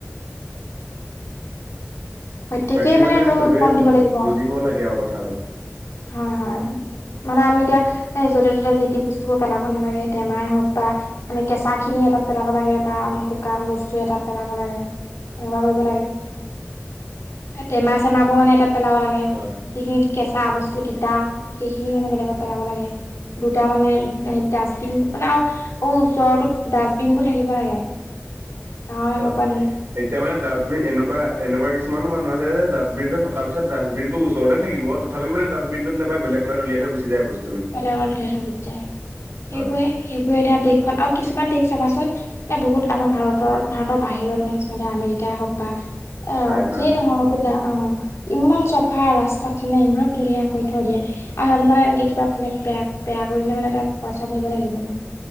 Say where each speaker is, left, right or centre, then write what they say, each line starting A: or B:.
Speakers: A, on the left; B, on the right.
A: প্ৰত্যেকেই
B: বাকী
A: মানে এইটো
B: চবেই
A: কণ দিব লাগিব
B: বুজিব লাগে আৰু কথাটো
A: হয় হয় মানে আমি এতিয়া এই য'তে ত'তে যি টি বস্তুবোৰ পেলাব নালাগে টেমাই হওক বা আমি কেঁচা খিনি পিনী এটাত পেলাব লাগে বা আমাৰ শুকান বস্তু এটাত পেলাব লাগে এনেকুৱা কৰিব লাগে। টেমা চেমাবোৰ মানে তাত পেলাব লাগে,
B: হয়
A: যিখিনি কেঁচা বস্তু যটো তিতা সেইখিনি মানে বেলেগত পেলাব লাগে। দুটা মানে ডাষ্টবিন মানে আৰু অ ওচৰতো ডাষ্টবিন বোৰ থাকিব লাগে। গাঁৱে
B: হয়,
A: হওক বা
B: হয়, এতিয়া মানে ডাষ্টবিন এনেকুৱা এনেকুৱা কিছুমানো মানুহ আছে যে ডাষ্টবিন টো থকাৰ পিছত ডাষ্টবিন টো ওচৰতে থাকিব তথাপিও মানে ডাবিনটোত নেপেলাই বলেগ ফালে দলিয়াই গুচ যায় বস্তু
A: বেলেগৰ ধলে ধবিত যায়
B: হয়
A: সেইবোৰে সেইবোৰে এতিয়া দেশখন আৰু কিছুমান দেশ চাবাচোন বহুত আমাৰ ভাৰতৰ ভাৰতৰ বাহিৰৰ মানে কিছুমান আমেৰিকাই হওক বা অ
B: চাইনা
A: যিয় নহয় বুতা অ ইমান চাফা ৰাস্তাত মানে ইমান ধুনীয়াাকৈ থৈ দিয়ে আৰু সিহঁতৰ মানে এনেকে কিবা মানে বেয়া বেয়া কৰিলে মানে তাত পইচা ভৰিব লাগিব মানে